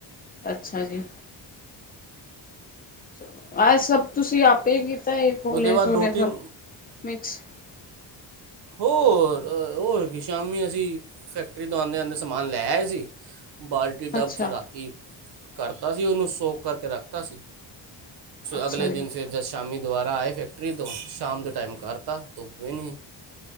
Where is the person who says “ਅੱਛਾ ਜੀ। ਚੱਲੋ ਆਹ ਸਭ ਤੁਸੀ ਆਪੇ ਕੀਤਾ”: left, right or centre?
Left